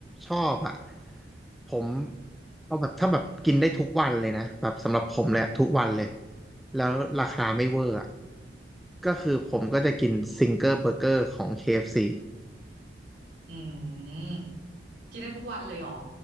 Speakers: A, in the centre; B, on the right (about 80°).
A: ชอบอะผมเอาแบบถ้าแบบกินได้ทุกวันเลยนะแบบสำหรับผมเลยอะทุกวันเลยแล้วราคาไม่เวอร์อะก็คือผมก็จะกินซิงเกิลเบอร์เกอร์ของ KFC
B: อืมกินได้ทุกวันเลยเหรอ